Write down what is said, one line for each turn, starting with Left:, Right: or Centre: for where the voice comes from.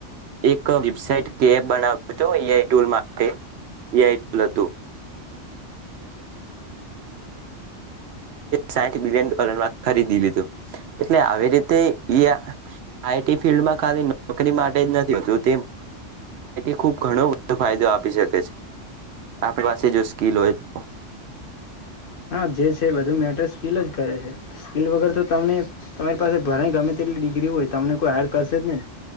Right: એક વબટ કે બનાવ દ કરત એટલે સાિલન ખરીદી લીું એટલે આવી રીતે ફમાં ખાલી નોકરી માટે નથીતું ખુબણ ફાયદો આપ શકે છે આપણી પાસે જો સ્કીલ હોય તો
Left: હા જે છે બધું મેટર સ્કીલ જ કરે છે સ્કલ વગર તો તમને તમારી પાસે ભરાય ગમે તેટલી ડિગ્રી હોય તમને કોઈ હાયર કરશે જ નહી